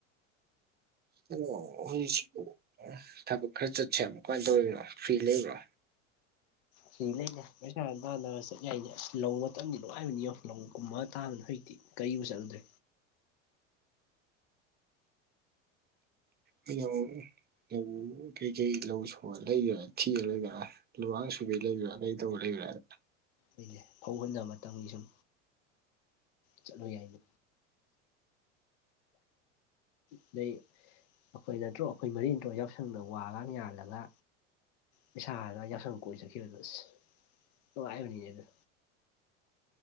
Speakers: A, on the right; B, on the left.
A: ꯍꯂꯣ ꯍꯧꯖꯤꯛꯁꯤ ꯊꯕꯛ ꯈꯔ ꯆꯠꯁꯦꯕ ꯀꯃꯥꯏꯅ ꯇꯧꯔꯤꯔꯤꯕꯅꯣ ꯐ꯭ꯔꯤ ꯂꯩꯕ꯭ꯔꯣ
B: ꯁꯤ ꯂꯩꯅꯦ ꯄꯩꯁꯥ ꯇꯥꯅꯕ ꯆꯠ ꯌꯥꯏꯅꯦ ꯑꯁ ꯂꯧ ꯃꯇꯝꯗꯤ ꯅꯨꯡꯉꯥꯏꯕꯅꯤꯣ ꯂꯧꯒꯨꯝꯕ ꯇꯥꯕ ꯍꯖꯤ ꯀꯨ ꯆꯠꯂꯨꯗ꯭ꯔꯦ
A: ꯑꯩꯅ ꯑꯃꯨꯛ ꯂꯧ ꯀꯔꯤꯀꯩ ꯂꯧ ꯁꯨꯕ ꯂꯩꯒꯦꯔꯥ ꯊꯤꯔꯔꯣꯏꯗꯔꯥ ꯂꯨꯍꯥꯡ ꯁꯨꯕꯤ ꯂꯩꯕꯥ ꯀꯩ ꯇꯧꯕ ꯂꯩꯕ꯭ꯔꯥ ꯍꯥꯏꯗꯅ
B: ꯑꯩꯈꯣꯏꯁꯦ ꯐꯧꯍꯟꯕ ꯃꯇꯝꯒꯤ ꯁꯨꯝ ꯆꯠꯂꯨ ꯌꯥꯏꯅꯦ ꯑꯗꯩ ꯑꯩꯈꯣꯏ ꯅꯟꯠꯇ꯭ꯔꯣ ꯑꯩꯈꯣꯏ ꯃꯔꯤ ꯅꯟꯇ꯭ꯔꯨ ꯌꯥꯎꯁꯪꯅ ꯋꯥꯒ ꯌꯥꯜꯂꯒ ꯄꯩꯁꯥꯗ ꯌꯥꯎꯁꯪ ꯀꯣꯏ ꯆꯈꯤꯕꯗꯣ ꯑꯁ ꯅꯨꯡꯉꯥꯏꯕꯅꯤꯅꯦ ꯑꯗꯨꯗ